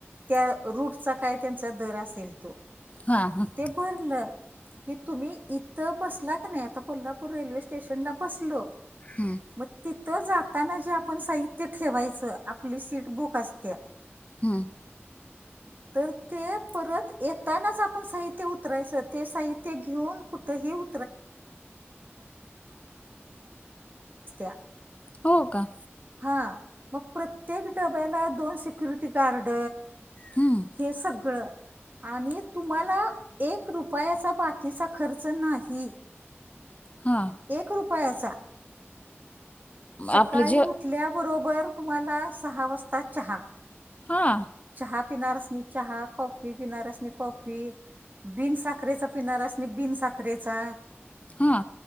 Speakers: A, on the right; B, on the left.
A: त्या रूटचा काय त्यांचा दर असेल तो!
B: हां
A: ते भरलं की तुम्ही इ थं बसला का नाई, आता कोल्हापूर रेल्वे स्टेशनला बसलो.
B: हूं!
A: म तिथं जाताना जे आपण साहित्य ठेवायचं आपली सीट बुक असतेया.
B: हूं!
A: तर ते परत येतानाच आपण साहित्य उतरायचं ते साहित्य घेऊन कुठेही उ <unintelligible>
B: हो का
A: हा मग प्रत्येक डब्याला दोन सिक्युरिटी गार्ड-
B: हम्म
A: हे सगळं आणि तुम्हाला एक रुपयाचा बाकीचा खर्च नाही. <inaudible>
B: हां
A: एक रुपयाचा सकाळी
B: आपले जे
A: उट्- -टल्याबरोबर तुम्हाला सहा वाजता चहा
B: हां
A: चहा पिणारसनी चहा कॉफी पिणारसनी कॉफी. बिन साखरेचा पीणारसनी बीन साखरेचा.
B: हा.